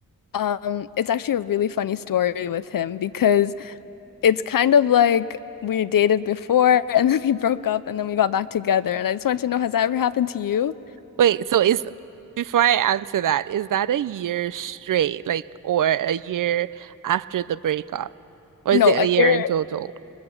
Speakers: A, on the left; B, on the right.
A: um, it's actually a really funny story with him because it's kind of like we dated before <laughs> and then we broke up and then we got back together. And I just wanted to know, has that ever happened to you?
B: Wait, so is, before I answer that, is that a year straight, like, or a year after the breakup? Or
A: No,
B: is it
A: a
B: a year
A: year.
B: in total?